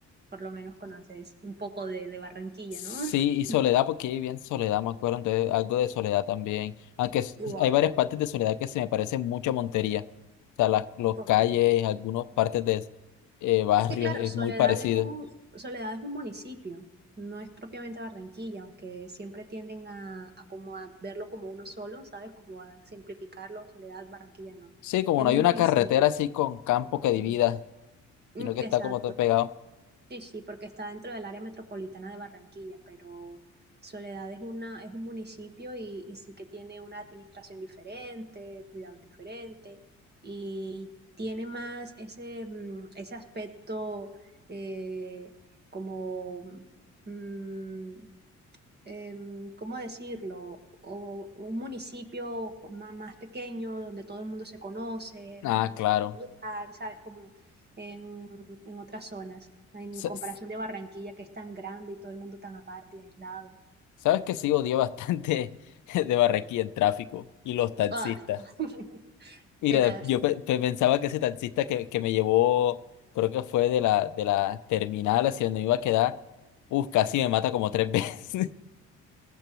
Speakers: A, on the right; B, on the left.
A: por lo menos conoces un poco de, de Barranquilla,
B: Sí,
A: ¿no? <laughs>
B: y Soledad, porque ahí bien Soledad, me acuerdo, entonces, algo de Soledad también. Aunque s-
A: Wow.
B: hay varias partes de Soledad que se me parecen mucho a Montería. O sea, las los
A: Ok.
B: calles, algunas partes de eh, barrios,
A: Es que claro,
B: es
A: Soledad
B: muy parecido.
A: es un, Soledad es un municipio, no es propiamente Barranquilla, aunque siempre tienden a, a como a verlo como uno solo, ¿sabes? Como a simplificarlo, Soledad, Barranquilla no.
B: Sí, como
A: Es
B: no
A: un
B: hay una
A: municipio.
B: carretera así con campo que divida,
A: Mm, mm,
B: sino que
A: Exacto.
B: está como todo pegado.
A: Sí, sí, porque está dentro del área metropolitana de Barranquilla, pero Soledad es una, es un municipio y, y sí que tiene una administración diferente, cuidados diferentes, y tiene más ese, mm, ese aspecto eh, como mm, em, ¿cómo decirlo? O un municipio ma- más, pequeño donde todo el mundo se conoce,
B: Ah,
A: más
B: claro.
A: familiar, ¿sabes? Como en, en otras zonas, en
B: Sa-
A: comparación
B: s-
A: de Barranquilla, que es tan grande y todo el mundo tan aparte y aislado.
B: Sabes que sí odié bastante <laughs> de Barranquilla el tráfico y los taxistas.
A: ¡Ah! <laughs>
B: Mira,
A: Tenaz.
B: yo pe- pe- pensaba que ese taxista que, que me llevó, creo que fue de la, de la terminal hacia donde me iba a quedar, uf, casi me mata como tres veces.